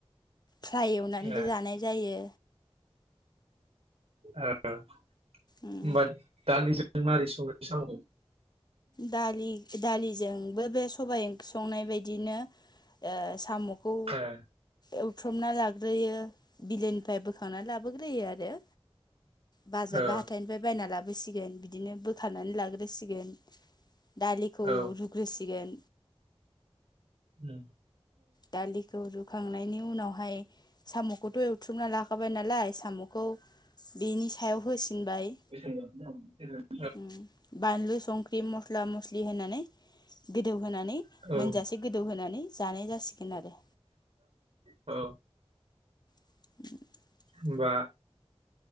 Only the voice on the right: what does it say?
ए
ओ
होमबा दालिजों मारै संङो साम'खौ
ए
ओ
औ
अम
<unintelligible>
औ
औ
होमबा